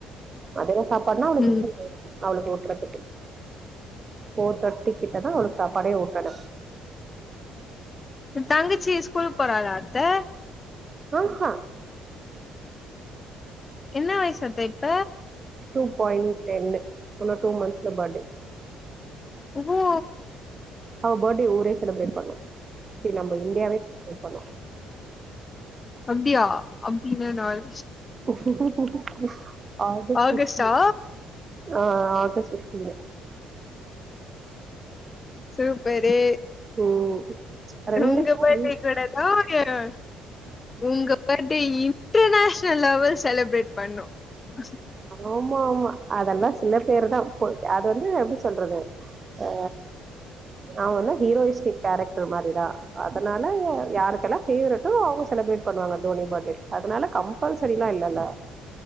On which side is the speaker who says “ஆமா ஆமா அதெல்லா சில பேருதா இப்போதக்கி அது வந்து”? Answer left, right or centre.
Right